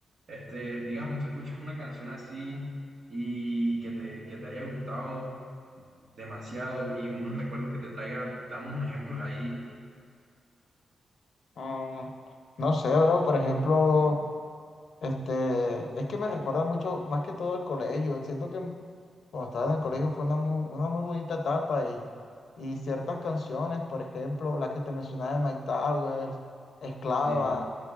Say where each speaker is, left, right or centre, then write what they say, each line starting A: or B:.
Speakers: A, on the right (about 60°); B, on the left (about 70°).
A: Este, digamos, tú escuchas una canción así y que te, que te haya gustado demasiado y unos recuerdos que te traiga, dame unos ejemplos ahí.
B: mm, no sé, bro, por ejemplo. Este, es que me recuerda mucho, más que todo al colegio. Siento que m- cuando estaba en el colegio fue una muy, una muy bonita etapa y, y ciertas canciones, por ejemplo, las que te mencionaba de Mike Towers, Esclava,
A: Sí,